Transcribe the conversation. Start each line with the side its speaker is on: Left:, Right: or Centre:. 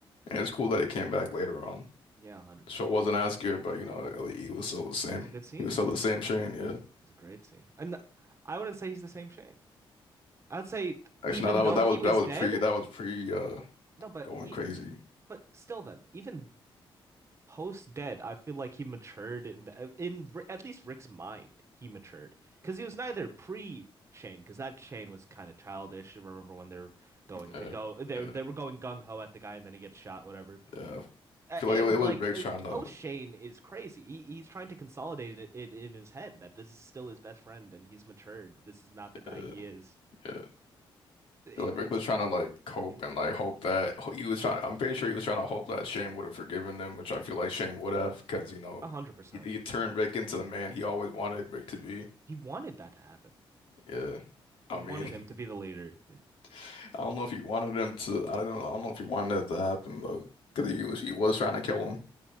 Left: and it's cool that he came back later on.
Right: Yeah, 100%.
Left: The show wasn't as good, but you know he was still the same.
Right: It was a good scene.
Left: He was still the same
Right: It
Left: Shane. Yeah.
Right: was a great scene. And I wouldn't say he's the same Shane. I'd say
Left: Actually,
Right: even
Left: no, that was
Right: though
Left: that
Right: he
Left: was
Right: was
Left: that was
Right: dead,
Left: pre that was pre uh
Right: no, but
Left: going
Right: e
Left: crazy.
Right: but still then, even post dead, I feel like he matured in the uh, in at least Rick's mind, he matured. Because he was neither pre Shane, because that Shane was kind of childish. I remember when they're going
Left: Uh,
Right: to go, they
Left: yeah,
Right: they were going gung ho at the guy, and then he gets shot, whatever.
Left: yeah. I
Right: And
Left: feel like it was, it was
Right: like
Left: Rick
Right: uh,
Left: trying to,
Right: post Shane is crazy. He, he's trying to consolidate it, it in his head that this is still his best friend and he's matured. This is not the guy
Left: uh,
Right: he is.
Left: yeah.
Right: It,
Left: I feel like
Right: it's
Left: Rick was trying to like cope
Right: yeah,
Left: and like hope that he was trying. I'm pretty sure he was trying to hope that Shane would have forgiven him, which I feel like Shane would have because you know
Right: a hundred percent.
Left: he, he turned Rick into the man he always wanted Rick to be.
Right: He wanted that to happen.
Left: Yeah,
Right: Yeah,
Left: I
Right: he wanted
Left: mean,
Right: him to be the leader.
Left: <laughs> I don't know if he wanted him to. I don't know. I don't know if he wanted that to happen though, because he was he was trying to kill him.